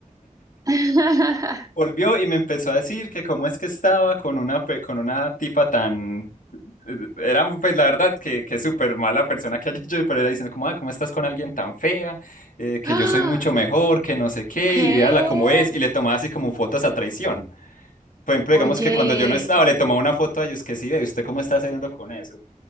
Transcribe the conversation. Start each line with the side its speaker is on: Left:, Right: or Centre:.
Right: <laughs>
Left: Volvió y me empezó a decir que cómo es que estaba con una, pues, con una tipa tan... eh, Era pues la verdad que, que súper mala persona que haya hecho, pero era diciendo como, ah, ¿cómo estás con alguien tan fea? Eh, que
Right: ¡Ah!
Left: yo soy mucho mejor, que no sé qué,
Right: ¿Qué?
Left: y véala cómo es, y le tomaba así como fotos a traición. Por ejemplo,
Right: Oye,
Left: digamos que cuando yo no estaba, le tomaba una foto a ellos que sí, ve, ¿usted cómo está saliendo con eso?